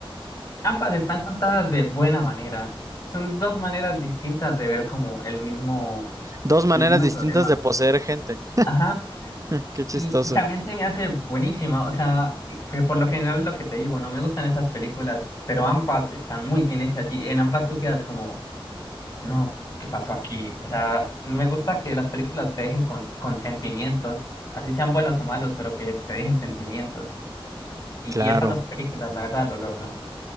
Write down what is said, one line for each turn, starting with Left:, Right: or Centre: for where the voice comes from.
Left: Ambas están contadas de buena manera. Son dos maneras distintas de ver como el mismo,
Right: Dos maneras
Left: el mismo
Right: distintas
Left: problema.
Right: de poseer gente.
Left: Ajá.
Right: <laughs> Qué chistoso.
Left: Y, y también se me hace buenísima. O sea, y- que por lo general lo que te digo, no me gustan esas películas, pero ambas están muy bien hechas y en ambas tú quedas como, no, ¿qué pasó aquí? O sea, me gusta que las películas te dejen con, con sentimientos, así sean buenos o malos, pero que te dejen sentimientos. Y
Right: Claro.
Left: esas dos películas, la verdad, lo logran.